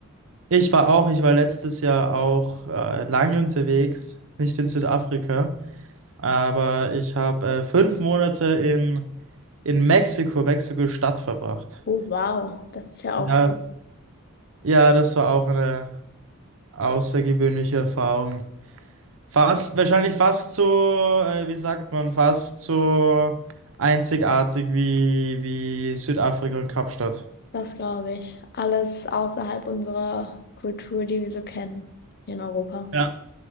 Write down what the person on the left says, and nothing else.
Oh, wow, das ist ja
aufregend.
Das glaube ich. Alles außerhalb unserer Kultur, die wir so kennen hier in Europa.